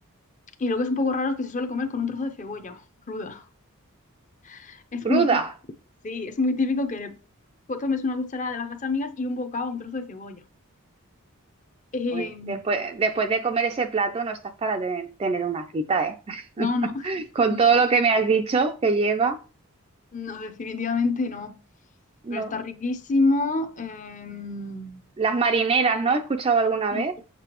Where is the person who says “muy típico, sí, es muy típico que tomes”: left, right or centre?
Left